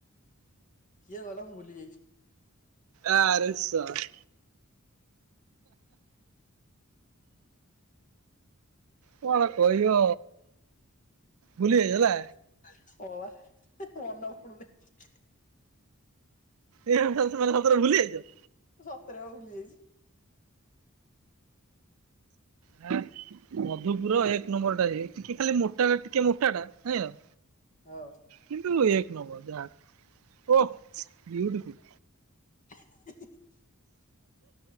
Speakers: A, on the left; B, on the right.
A: କିଏ କହିଲ ମୁ ଭୁଲିଯାଇଛି।
B: ଆ ଆରେ! !! କଣ କହିବ ଭୁଲି ଯାଇଛ ନା?
A: <inaudible> ହବା ମନ <inaudible>
B: ଏ ସେମାନେ ସତରେ ଭୁଲିଯାଇଛ?
A: ସତରେ ବା ଭୁଲିଯାଇଛି।
B: ହଁ ମଧୁପୁର ଏକ ନମ୍ବର ଟା ଅ, ଟିକେ ଖାଲି ମୋଟା ଟିକେ ମୋଟା ଟା ନାଇ ଆଉ।
A: ହଉ‌।
B: କିନ୍ତୁ ଏକ ନମ୍ବର ଯାହା ବି ହଉ, ଓହ ବିଉଟିଫୁଲ୍।
A: <unintelligible>